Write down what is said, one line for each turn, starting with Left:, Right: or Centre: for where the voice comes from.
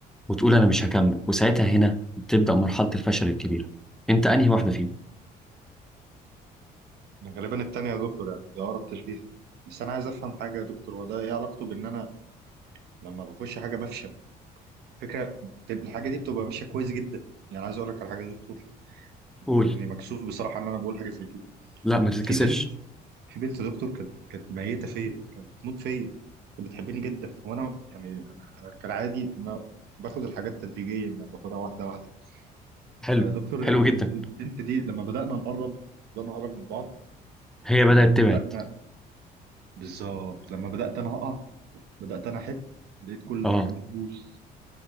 Centre: وتقول انا مش هكمل وساعتها هنا تبدأ مرحلة الفشل الكبيرة انت انهي واحدة فيهم
Right: غالبا التانية يا دكتور يعني دي اقرب تشبيه بس انا عايز افهم حاجه يا دكتور هو ده ايه علاقته بان انا لما بخش حاجه بفشل فكره الحاجه دي بتبقى ماشيه كويس جدا يعني عايز اقول لك على حاجه يا دكتور اللي
Centre: قول
Right: هو اني مكسوف بصراحه ان انا بقول حاجه زي كده
Centre: لا ما تتكسفش
Right: في بنت في بنت دكتور كانت كانت ميته فيا كانت بتموت فيا كانت بتحبني جدا وانا يعني انا أنا كالعادي ما باخد الحاجات تدريجيا يعني باخدها واحده واحده
Centre: حلو
Right: فدكتور
Centre: حلو
Right: يعني البنت
Centre: جدا
Right: دي لما بدانا نقرب بدانا نقرب من بعض
Centre: هي
Right: وبدانا
Centre: بدأت تبعد
Right: بالظبط لما بدات انا اقع بدات انا احب لقيت كل
Centre: اه
Right: حاجه بتبوظ